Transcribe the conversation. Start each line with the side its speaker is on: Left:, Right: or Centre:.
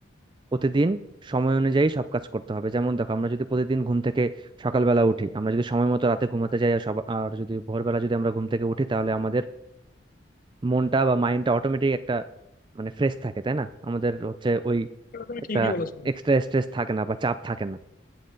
Right: প্রতিদিন সময় অনুযায়ী সব কাজ করতে হবে যেমন দেখো আমরা যদি প্রতিদিন ঘুম থেকে সকালবেলা উঠি আমরা যদি সময় মতো রাতে ঘুমাতে যাই আর সব আর যদি ভোরবেলা যদি আমরা ঘুম থেকে উঠি তাহলে আমাদের মনটা বা মাইন্ডটা অটোমেটিক একটা মানে ফ্রেশ থাকে তাই না আমাদের হচ্ছে ওই
Left: এটা তুমি
Right: একটা
Left: ঠিকই বলেছো
Right: এক্সট্রা স্ট্রেস থাকে না বা চাপ থাকে না